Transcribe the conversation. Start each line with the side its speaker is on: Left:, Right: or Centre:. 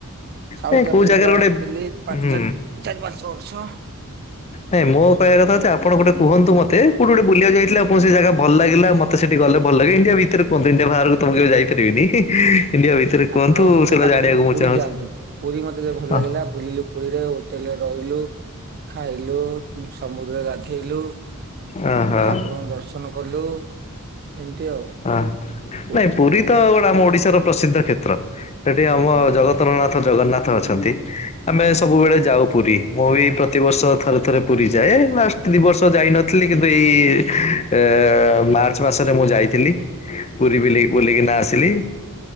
Right: ସାଉଥ
Left: ନାଇଁ କୋଉ
Right: ଆଫ୍ରିକାରେ
Left: ଜାଗାରେ ଗୋଟେ
Right: ଥିଲି
Left: ହୁଁ
Right: ପା ଚା ଚାରି ପାଞ୍ଚ ବର୍ଷ।
Left: ନାଇଁ ମୋ କହିବା କଥା ହଉଛି ଆପଣ ଗୋଟେ କୁହନ୍ତୁ ମତେ କୋଉଠି ଗୋଟେ ବୁଲିବାକୁ ଯାଇଥିଲେ ଆପଣଙ୍କୁ ସେଇ ଜାଗା ଭଲ ଲାଗିଲା ମ ତ ସେଠି ଗଲେ ଭଲ ଲାଗିବ ଇଣ୍ଡିଆ ଭିତରେ କୁହନ୍ତୁ ଇଣ୍ଡିଆ ବାହାରକୁ ତ ମୁଁ କେବେ ଯାଇ ପାରିବିନି ଇ ହି ଇଣ୍ଡିଆ ଭିତରେ କୁହନ୍ତୁ
Right: ଆପଣ ଗୋଟେ
Left: ସେଇଟା
Right: କାମ
Left: ଜାଣିବାକୁ
Right: କରନ୍ତୁ
Left: ମୁଁ
Right: ପୁରୀ
Left: ଚାହୁଁଚି
Right: ଯାଆନ୍ତୁ ପୁରୀ ମତେ ଭଲ
Left: ହ।
Right: ଲାଗିଲା ବୁଲିଲୁ ପୁରୀରେ ହୋଟେଲରେ ରହିଲୁ, ଖାଇଲୁ, ସମୁଦ୍ର ଗାଧେଇଲୁ
Left: ଅ ଅହ।
Right: ଠାକୁରଙ୍କୁ ଦର୍ଶନ କଲୁ ଏମିତି ଆଉ ପୁରୀ
Left: ହଁ ନାଇଁ
Right: ରେ।
Left: ପୁରୀ ତ ଗୋଟେ ଆମ ଓଡ଼ିଶାର ପ୍ରସିଦ୍ଧ କ୍ଷେତ୍ର ସେଠି ଆମ
Right: ହଁ
Left: ଜଗତର ନାଥ ଜ ଜଗନ୍ନାଥ ଅଛନ୍ତି ଆମେ ସବୁବେଳେ ଯାଉ ପୁରୀ ମୁଁ ବି ପ୍ରତିବର୍ଷ ଥରେ ଥରେ ପୁରୀ ଯାଏ ଲାଷ୍ଟ ଦି ବର୍ଷ ଯାଇନଥିଲି କିନ୍ତୁ ଏଇ ଏ ମାର୍ଚ୍ଚ ମାସରେ ମୁଁ ଯାଇଥିଲି ପୁରୀ ବୁଲି ବୁଲିକିନା ଆସିଲି।